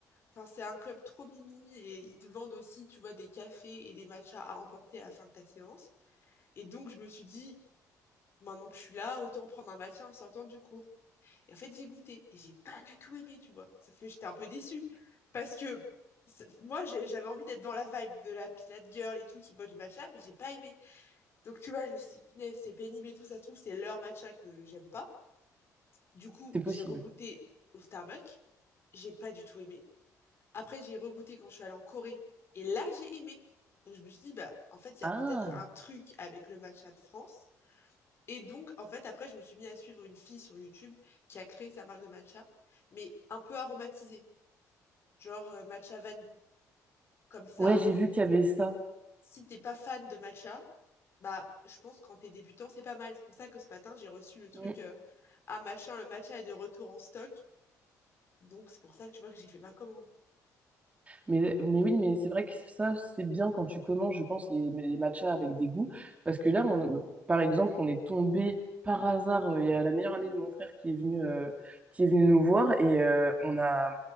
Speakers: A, on the left; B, on the right.
A: Enfin, c'est un club trop mimi et ils te vendent aussi, tu vois, des cafés et des matchas à emporter à la fin de ta séance. Et donc, je me suis dit, maintenant que je suis là, autant prendre un matcha en sortant du cours. Et en fait, j'ai goûté et j'ai pas du tout aimé, tu vois. Ça fait que j'étais un peu déçue parce que c'est- moi, j'ai- j'avais envie d'être dans la vibe de la Pilate Girl et tout qui boit du matcha, mais j'ai pas aimé. Donc, tu vois, je me suis dit, punaise, c'est pénible et tout, ça se trouve, c'est leur matcha que j'aime pas. Du coup,
B: c'est possible.
A: j'ai regoûté au Starbucks. J'ai pas du tout aimé. Après, j'ai regoûté quand je suis allée en Corée. Et là, j'ai aimé. Donc, je me suis dit, bah, en fait, il y
B: Ah.
A: a peut-être un truc avec le matcha de France. Et donc, en fait, après, je me suis mis à suivre une fille sur YouTube qui a créé sa marque de matcha, mais un peu aromatisée, genre euh, matcha vanille. Comme ça,
B: Ouais, j'ai vu qu'il y avait ça.
A: si t'es pas fan de matcha, bah, je pense quand t'es débutant, c'est pas mal. C'est pour ça que ce matin, j'ai reçu le truc,
B: Mm.
A: euh, ah, machin, le matcha est de retour en stock. Donc, c'est pour ça que tu vois que j'ai fait ma commande.
B: Mais, mais oui, mais c'est vrai que ça, c'est bien quand tu commences, je pense, les, les matchas avec des goûts. Parce que là, on- par exemple, on est tombé par hasard. euh, Il y a la meilleure amie de mon frère qui est venue, euh, qui est venue nous voir et euh, on a,